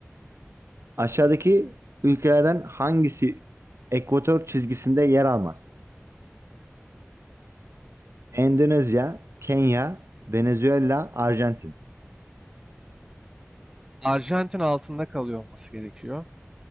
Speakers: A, on the right; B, on the right.
A: Aşağıdaki ülkelerden hangisi ekvator çizgisinde yer almaz? Endonezya, Kenya, Venezuela, Arjantin.
B: Arjantin altında kalıyor olması gerekiyor.